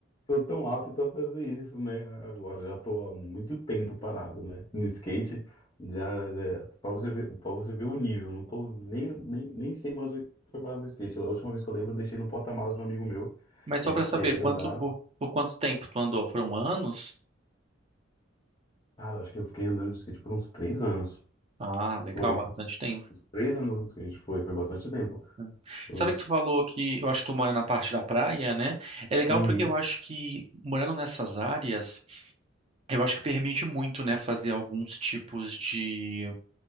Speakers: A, on the left; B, on the right.
A: tô tão apto a fazer isso, né? Agora já tô há muito tempo parado, né? No skate, já é, para você ver, para você ver o nível, não tô nem, nem, nem sei mais o que foi parar no skate. A última vez que eu lembro, eu deixei no porta-malas de um amigo meu,
B: Mas
A: que
B: só
A: a gente
B: para saber,
A: tinha ido
B: quanto
A: andar.
B: por, por quanto tempo tu andou? Foram anos?
A: Cara, acho que eu fiquei andando de skate por uns três anos.
B: Ah, legal,
A: Foi,
B: bastante tempo.
A: uns três anos de skate, foi, foi bastante tempo.
B: Hum.
A: Eu,
B: Sabe que tu falou que eu acho que tu mora na parte da praia, né? É legal
A: uhum,
B: porque eu acho que morando nessas áreas, eu acho que permite muito, né, fazer alguns tipos de